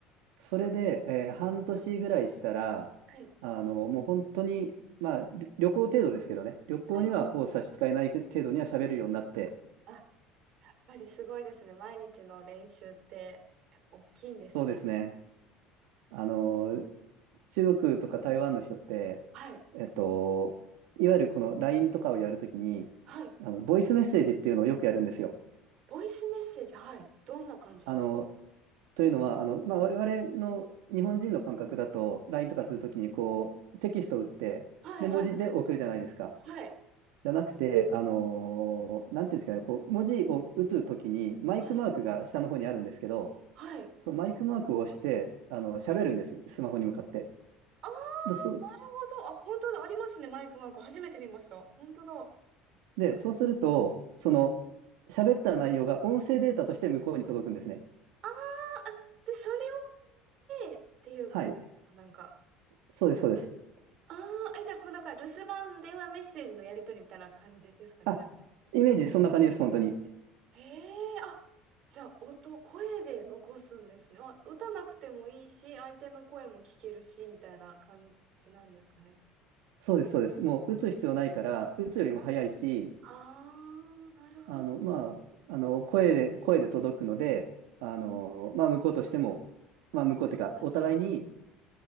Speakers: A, on the right; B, on the right.
A: それで、えー半年ぐらいしたら、
B: はい、
A: あのもう本当に、まあ、り旅行程度ですけどね、旅行にはほぼ差し支えない程度には喋るようになって、
B: はい。あ、やっぱりすごいですね。毎日の練習って、やっぱ大きいんですね。
A: そうですね。あの中国とか台湾の人って、
B: はい、
A: えっと、いわゆるこの LINE とかをやるときに、
B: はい。
A: あの、ボイスメッセージっていうのをよくやるんですよ。
B: ボイスメッセージ、はい。どんな感じですか
A: あの、というのは、あの、まあ、我々の日本人の感覚だと、LINE とかするときに、こう、テキストを打って、
B: はいはいはい。
A: で、文字で送るじゃないですか。
B: はい。
A: じゃなくて、あのーなんていうんですかね、こう、文字を打つときに、マイクマークが下の方にあるんですけど、
B: はい。はい。
A: そのマイクマークを押して、あの、喋るんです、スマホに向かって。
B: ああ、
A: で、そう、
B: なるほど。あ、本当だ。ありますね。マイクマーク。初めて見ました。本当だ。
A: で、
B: つ
A: そうすると、その、
B: はい。
A: 喋った内容が音声データとして向こうに届くんですね。
B: あーあ、で、それを聞いてっていう感じですかなんか。
A: はい。そうです、そうです。
B: ああ、え、じゃあ、こうなんか、留守番電話メッセージのやり取りみたいな感じですかね。
A: あ、
B: なんか
A: イメージそんな感じです、本当に。
B: へえ、あ、じゃあ、音、声で残すんですね。あ、歌なくてもいいし、相手の声も聞けるし、みたいな感じなんですかね。
A: そうです、そうです。もう打つ必要ないから、打つよりも早いし、
B: ああ、なるほど。
A: あの、まあ、あの、声で、声で届くので、あの、まあ、向こうとしても、まあ、向こうっていうか、
B: 確かに。
A: お互いに、